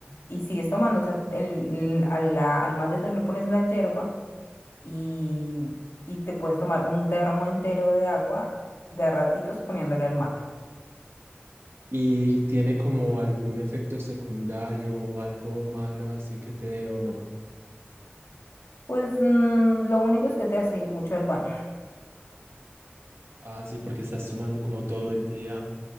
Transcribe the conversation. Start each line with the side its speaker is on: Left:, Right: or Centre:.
Left: y sigues tomando, o sea, el, el- a la- al mate matetón le pones la yerba y, y te puedes tomar un termo entero de agua de a ratitos poniéndole al mate.
Right: y tiene como algún efecto secundario o algo malo así que te dé o no.
Left: Pues mm, lo único es que te hace ir mucho al baño.
Right: Ah, sí, porque estás tomando como todo el día